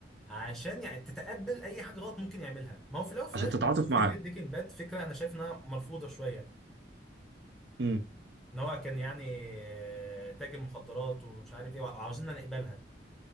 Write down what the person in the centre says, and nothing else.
عشان يعني تتقبل اي حاجه غلط ممكن يعملها ما هو في الاول وفي
الاخر
برضه فكره بريكنج باد فكره انا شايف انها مرفوضه شويه
ان هو كان يعني آه، تاجر مخدرات ومش عارف ايه وعاوزيننا نقبلها